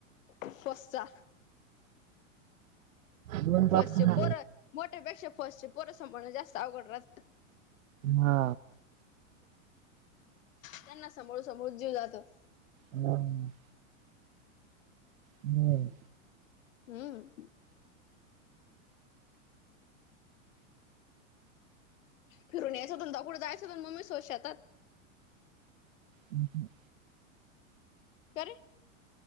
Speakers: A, on the left; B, on the right.
A: पस्ा <unintelligible>
B: दोन पाप
A: फस्ट
B: पुन्हा.
A: चे पोर मोठ्यापेक्षा फस्ट चे पोर सांभाळणं जास्त अवघड राह
B: हा
A: त्यांना सांभाळून सांभाळून जीव जातो
B: हम् हम्म
A: हम्म फिरून याच दोनदा कुठ जायचं <unintelligible>
B: हम हम
A: का रे